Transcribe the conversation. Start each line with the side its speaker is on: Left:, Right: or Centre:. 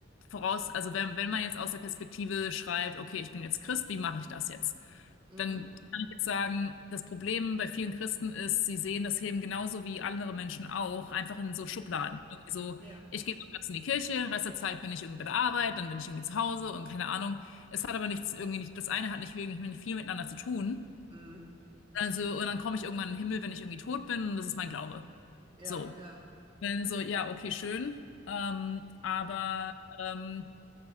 Left: voraus, also wenn, wenn man jetzt aus der Perspektive schreibt, okay, ich bin jetzt Christ, wie mache ich das jetzt?
Right: Mhm.
Left: Dann kann ich jetzt sagen, das Problem bei vielen Christen ist, sie sehen das Leben genauso wie andere Menschen auch, einfach in so
Right: Mhm.
Left: Schubladen. Irgendwie so,
Right: ja,
Left: ich gehe sonntags in die Kirche, den Rest der Zeit bin ich irgendwie bei der Arbeit, dann bin ich irgendwie zu Hause und keine Ahnung. Es hat aber nichts irgendwie nicht, das eine hat nicht wirklich nicht viel miteinander zu tun.
Right: mhm.
Left: Also, und dann komme ich irgendwann in den Himmel, wenn ich irgendwie tot bin, und das ist mein Glaube.
Right: ja,
Left: So.
Right: ja,
Left: Dann so, ja, okay, schön. Ähm, aber ähm,